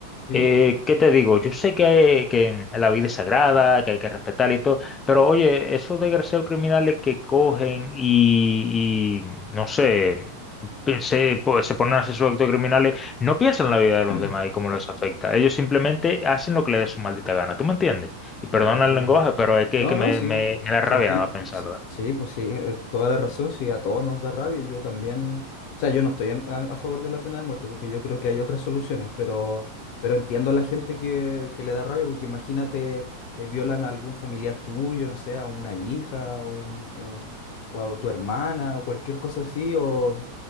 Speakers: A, on the left (about 45°); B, on the left (about 20°).
A: Sí,
B: Eh, ¿qué te digo? Yo sé que, que la vida es sagrada, que hay que respetar y todo, pero oye, esos desgraciados criminales que cogen y, y, no sé, pe- se, pues, se ponen a hacer sus actos criminales, no piensan en la vida
A: <clears throat>
B: de los demás y cómo les afecta. Ellos simplemente hacen lo que les dé su maldita gana, ¿tú me entiendes? Y
A: claro,
B: perdona
A: sí.
B: el lenguaje, pero es que,
A: No,
B: que
A: no,
B: me,
A: sí,
B: me- me da
A: sí
B: rabia
A: entiendo,
B: nada más pensarlo,
A: sí,
B: ¿eh?
A: sí, pues sí, es toda la razón, sí, a todos nos da rabia, yo también, o sea, yo no estoy en- a, a favor de la pena de muerte porque yo creo que hay otras soluciones, pero, pero entiendo a la gente que, que le da rabia porque imagínate, eh, violan a algún familiar tuyo, no sé, a una hija o, un- o- o a tu hermana o cualquier cosa así, o,